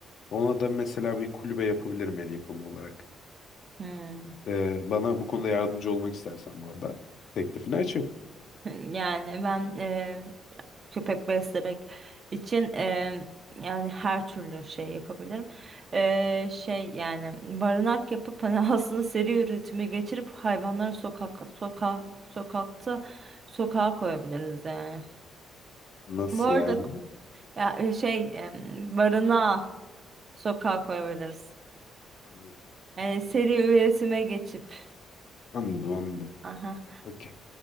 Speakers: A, on the left (about 65°); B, on the right (about 40°).
A: Ona da mesela bir kulübe yapabilirim el yapımı olarak.
B: Hmm.
A: E, bana bu konuda yardımcı olmak istersen bu arada teklifini açayım.
B: <laughs> Yani ben e, köpek beslemek için e, yani her türlü şey yapabilirim. E, şey yani barınak yapıp hani <laughs> aslında seri üretime geçirip hayvanları sokak sokak sokakta sokağa koyabiliriz yani.
A: Nasıl
B: Bu arada
A: yani?
B: ya, e, şey e, barınağa sokağa koyabiliriz.
A: Anladım.
B: Yani seri üretime geçip
A: Anladım anladım.
B: Aha.
A: Okey.